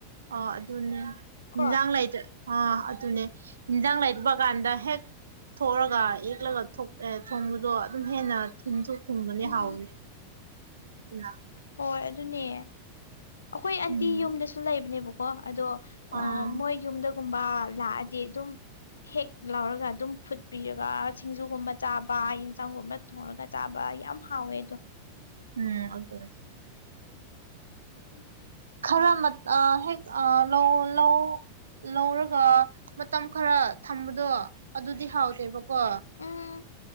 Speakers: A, on the right; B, on the left.
A: ꯑꯣ ꯑꯗꯨꯅꯦ ꯌꯦꯟꯖꯥꯡ
B: ꯀꯣ
A: ꯂꯩꯗ ꯑꯥ ꯑꯗꯨꯅꯦ ꯏꯟꯖꯥꯡ ꯂꯩꯕ ꯀꯥꯟꯗ ꯍꯦꯛ ꯊꯣꯛꯑꯒ ꯌꯦꯛꯂꯒ ꯑꯦ ꯊꯣꯡꯕꯗꯣ ꯑꯗꯨꯝ ꯍꯦꯟꯅ ꯊꯨꯝꯁꯨ ꯊꯨꯝꯕꯅꯦ
B: ꯎꯝ
A: ꯍꯥꯎꯋꯅꯤ ꯑꯗꯨꯅ
B: ꯍꯣꯏ ꯑꯗꯨꯅꯦ ꯑꯩꯈꯣꯏ ꯑꯟꯇꯤ
A: ꯎꯝ
B: ꯌꯨꯝꯗꯁꯨ ꯂꯩꯕꯅꯦꯕꯀꯣ ꯑꯗꯣ ꯑ
A: ꯑꯥ
B: ꯃꯣꯏ ꯌꯨꯝꯗꯒꯨꯝꯕ ꯂꯥꯛꯑꯗꯤ ꯑꯗꯨꯝ ꯍꯦꯛ ꯂꯥꯎꯔꯒ ꯑꯗꯨꯝ ꯐꯨꯠꯄꯤꯔꯒ ꯁꯤꯡꯖꯨꯒꯨꯝꯕ ꯆꯥꯕ ꯌꯦꯟꯁꯥꯡꯒꯨꯝꯕ ꯊꯣꯡꯔꯒ ꯆꯥꯕ ꯌꯥꯝ ꯍꯥꯎꯋꯦ ꯑꯗꯣ
A: ꯎꯝ ꯑꯗꯨꯅꯦ
B: <inaudible>
A: ꯈꯔ ꯃꯠ ꯍꯦꯛ ꯂꯧ ꯂꯧ ꯂꯧꯔꯒ ꯃꯇꯝ ꯈꯔ ꯊꯝꯕꯗꯣ ꯑꯗꯨꯗꯤ ꯍꯥꯎꯗꯦꯕꯀꯣ
B: ꯎꯝ